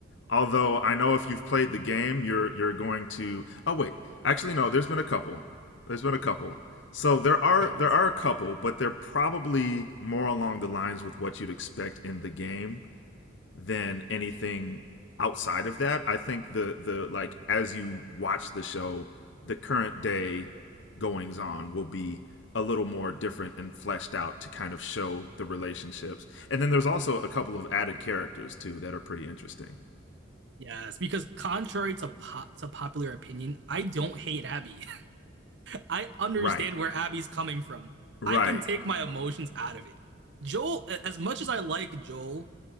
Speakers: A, on the left; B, on the right.
A: Although I know if you've played the game, you're you're going to. Oh wait, actually no. There's been a couple. There's been a couple. So there are
B: Yes,
A: there are a couple, but they're probably more along the lines with what you'd expect in the game than anything outside of that. I think the the like as you watch the show, the current day goings on will be a little more different and fleshed out to kind of show the relationships. And then there's also a couple of added characters too that are pretty interesting.
B: yes, because contrary to pop to popular opinion, I don't hate Abby. <laughs> I understand
A: Right.
B: where Abby's coming from.
A: Right.
B: I can take my emotions out of it. Joel, as much as I like Joel,